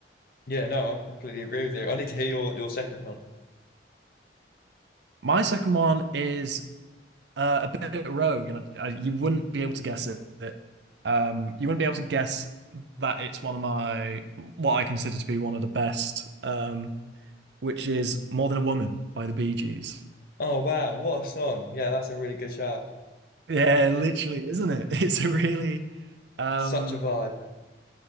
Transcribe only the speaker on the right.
My second one is uh, a bit rogue, and I, I, you wouldn't be able to guess it. Um, you wouldn't be able to guess that it's one of my what I consider to be one of the best, um, which is "More Than a Woman" by the Bee Gees.
Yeah, literally, isn't it? <laughs> It's a really, um,